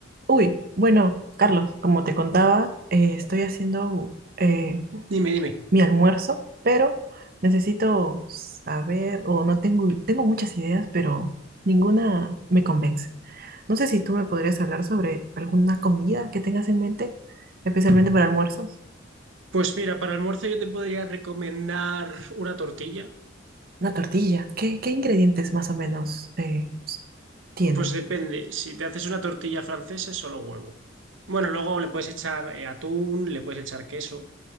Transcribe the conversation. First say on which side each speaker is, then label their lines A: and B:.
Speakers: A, on the right; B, on the right.
A: Uy, bueno, Carlos, como te contaba, eh, estoy haciendo eh,
B: Dime, dime.
A: mi almuerzo, pero necesito saber, o no tengo, tengo muchas ideas, pero ninguna me convence. No sé si tú me podrías hablar sobre alguna comida que tengas en mente, especialmente para almuerzos.
B: Pues mira, para almuerzo yo te podría recomendar una tortilla.
A: Una tortilla, ¿qué, qué ingredientes más o menos eh, tiene?
B: Pues depende, si te haces una tortilla francesa es solo huevo. Bueno, luego le puedes echar eh, atún, le puedes echar queso.